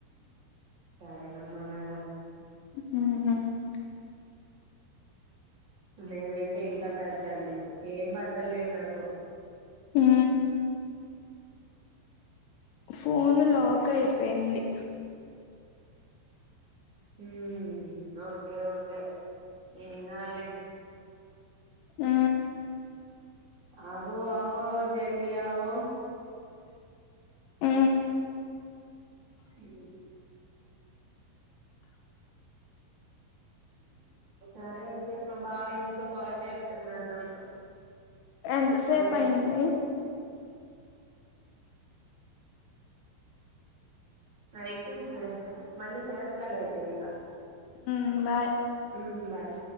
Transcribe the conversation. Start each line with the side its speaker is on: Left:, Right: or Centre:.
Right: సరేనమ్మా మేడం
Left: ఉ
Right: నేనైతే ఇంకా పేద దాన్ని ఏం బట్టలు లేవు నాకు
Left: ఉ ఫోన్ లాక్ అయిపోయింది
Right: ఉ ఓకే ఓకే ఏం కాదులే
Left: ఆ
Right: ఆగో ఆగో జల్ది ఆగో
Left: ఆ
Right: అ సరే అయితే మా బావ ఎందుకో కాల్ చేస్తున్నాడు నాకు
Left: ఎంతసేపు
Right: మళ్ళీ
Left: అయింది
Right: అయిపోయింది పో మళ్ళీ చేస్తాలే ఇంకా
Left: ఉమ్ బాయ్
Right: ఉ బాయ్